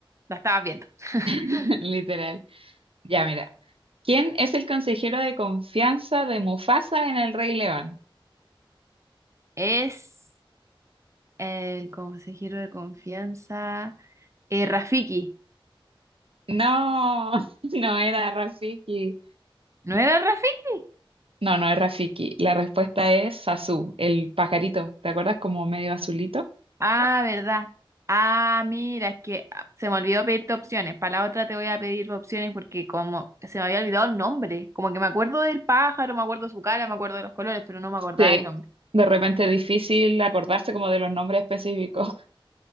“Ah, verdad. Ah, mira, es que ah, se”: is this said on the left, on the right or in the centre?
Right